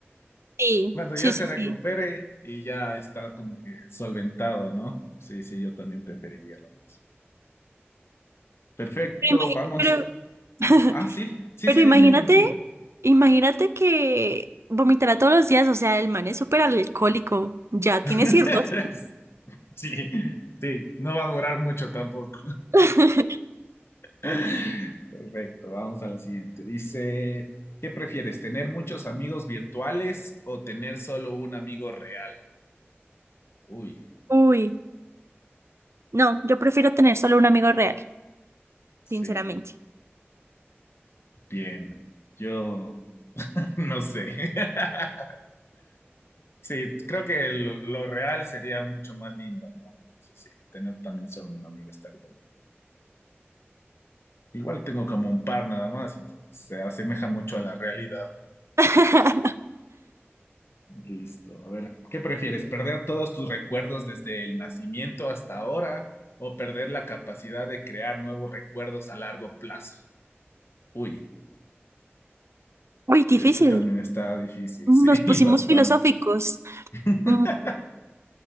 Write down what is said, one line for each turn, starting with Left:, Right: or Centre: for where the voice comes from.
Right: Sí,
Left: Cuando
Right: sí,
Left: ya se
Right: sí,
Left: recupere
Right: sí.
Left: y ya está como que solventado, ¿no? Sí, sí, yo también preferiría lo mismo. Perfecto,
Right: Pero, imagi-
Left: vamos.
Right: pero- <laughs>
Left: Ah, ah, sí, sí,
Right: pero
Left: sí,
Right: imagínate,
Left: dime, dime, dime.
Right: imagínate que vomitará todos los días, o sea, el man es súper alcohólico, ya tiene
Left: <laughs>
Right: cirrosis.
Left: Sí, sí, no va a durar mucho tampoco.
Right: <laughs>
Left: <laughs> Perfecto, vamos a la siguiente. Dice, ¿qué prefieres, tener muchos amigos virtuales o tener solo un amigo real? Uy,
Right: Uy, no, yo prefiero tener solo un amigo real,
Left: sí,
Right: sinceramente.
Left: bien. Yo <laughs> no sé. <laughs> Sí, creo que lo, lo real sería mucho más lindo, ¿no? Entonces, sí, tener también solo una amiga estaría bien. Igual tengo como un par nada más, entonces se asemeja mucho a la realidad.
Right: <laughs>
Left: Listo. A ver, ¿qué prefieres? ¿Perder todos tus recuerdos desde el nacimiento hasta ahora o perder la capacidad de crear nuevos recuerdos a largo plazo? Uy,
Right: Uy, difícil.
Left: este también está difícil,
Right: Nos
Left: sí, <laughs>
Right: pusimos
Left: bastante.
Right: filosóficos.
Left: <laughs>
Right: Mm,